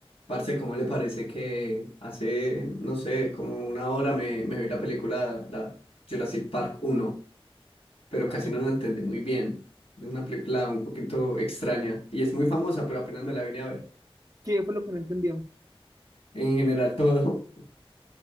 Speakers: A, on the left; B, on the right.
A: Parce, ¿cómo le parece que hace, no sé, como una hora me, me vi la película, la Jurassic Park uno pero casi
B: ¿Y
A: no la entendí muy bien. Es una película un poquito extraña y es muy famosa, pero apenas me la vine a ver.
B: qué fue lo que no entendió?
A: En general todo,